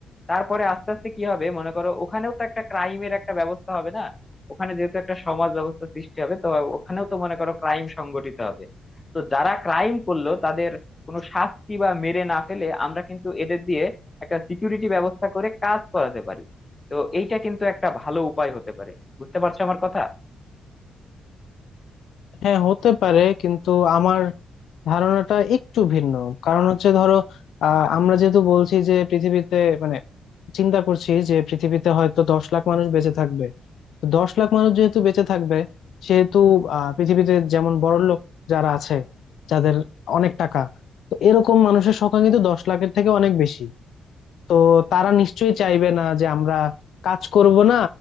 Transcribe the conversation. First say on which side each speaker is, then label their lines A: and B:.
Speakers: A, on the left; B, on the left.
A: তারপরে আস্তে আস্তে কি হবে মনে করো ওখানেও তো একটা ক্রাইমের একটা ব্যবস্থা হবে না ওখানে যেহেতু একটা সমাজ ব্যবস্থা সৃষ্টি হবে তো ওখানেও তো মনে করো ক্রাইম সংগঠিত হবে তো যারা ক্রাইম করলো তাদের কোনো শাস্তি বা মেরে না ফেলে আমরা কিন্তু এদের দিয়ে একটা সিকিউরিটি ব্যবস্থা করে কাজ করাতে পারি তো এইটা কিন্তু একটা ভালো উপায় হতে পারে বুঝতে পারছো আমার কথা
B: হ্যাঁ হতে পারে কিন্তু আমার ধারণাটা একটু ভিন্ন কারণ হচ্ছে ধরো আহ আমরা যেহেতু বলছি যে পৃথিবীতে মানে চিন্তা করছি যে পৃথিবীতে হয়তো দশ লাখ মানুষ বেঁচে থাকবে তো দশ লাখ মানুষ যেহেতু বেঁচে থাকবে সেহেতু আহ পৃথিবীতে যেমন বড়লোক যারা আছে যাদের অনেক টাকা তো এরকম মানুষের সংখ্যা কিন্তু দশ লাখের থেকে অনেক বেশি তো তারা নিশ্চয়ই চাইবে না যে আমরা কাজ করব না